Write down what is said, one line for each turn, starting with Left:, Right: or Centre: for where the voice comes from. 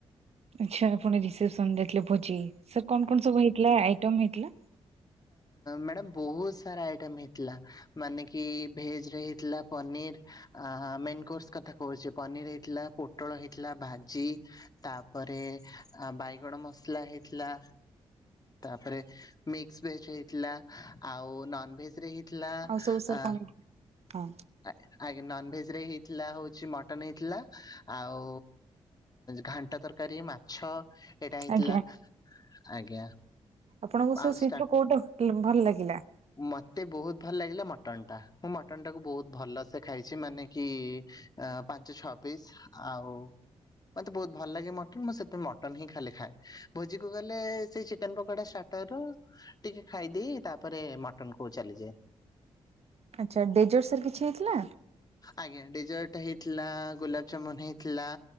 Right: ଆଛା ଆପଣ ରିସେପସନ ଯାଇଥିଲେ। ଭୋଜି ସାର୍ କଣ କଣ ସବୁ ହେଇଥିଲା ଆଇଟମ ହେଇଥିଲା?
Left: ମ୍ୟାଡ଼ମ ବହୁତ ସାରା ଆଇଟମ ହେଇଥିଲା। ମାନେ କି ଭେଜ ରେ ହେଇଥିଲା। ପନିର, ମେନକୋର୍ସ କଥା କହୁଛି ପନିର ହେଇଥିଲା, ପୋଟଳ ହେଇଥିଲା, ଭାଜି ତାପରେ ବାଇଗଣ ମସଲା ହେଇଥିଲା। ତାପରେ ମିକ୍ସ ଭେଜ ହେଇଥିଲା। ଆଉ ନନ ଭେଜରେ ହେ ଥିଲା
Right: ଆଉ ସବୁ ସାର୍
Left: ଆ
Right: କଣ ହେଇଥିଲା ହଁ
Left: ଆଜ୍ଞା ଆଜ୍ଞା ନନଭେଜ୍ ରେ ହେଇଥିଲା ହଉଛି ମଟନ୍ ହେଇଥିଲା ଆଉ ଘାଣ୍ଟ ତ ତର୍କାରୀ ମାଛ। ଏଇଟା ହେଇଥିଲା
Right: ଆଜ୍ଞା
Left: ଆଜ୍ଞା
Right: ଆପଣଙ୍କୁ ସାର୍
Left: ଆଉ
Right: ସେଇଥିରୁ
Left: ଷ୍ଟା
Right: କୋଉଟା ଭ ଭଲ୍ ଲାଗିଲା?
Left: ମତେ ବହୁତ୍ ଭଲ ଲାଗିଲା ମଟନ୍ ଟା ମୁଁ ମଟନ୍ ଟାକୁ ବହୁତ୍ ଭଲ ସେ ଖାଇଚି ମାନେ କି ଆ ପାଞ୍ଚ, ଛଅ ପିସ୍ ଆଉ ମତେ ବହୁତ୍ ଭଲ ଲାଗେ ମଟନ୍ ମୁଁ ସେଥି ମଟନ୍ ହିଁ ଖାଲି ଖାଏ ଭୋଜି କୁ ଗଲେ ସେଇ ଚିକେନ ପକୋଡ଼ା ତାର ଟିକେ ଖାଇଦେଇ ତାପରେ ମଟନ୍ କୁ ଚାଲିଯାଏ।
Right: ଆଚ୍ଛା ଡେଜର୍ସରେ କିଛି ହେଇଥିଲା?
Left: ଆଜ୍ଞା ଡେଜର୍ଟ ହେଇଥିଲା ଗୋଲାପଜାମୁନ୍ ହେଇଥିଲା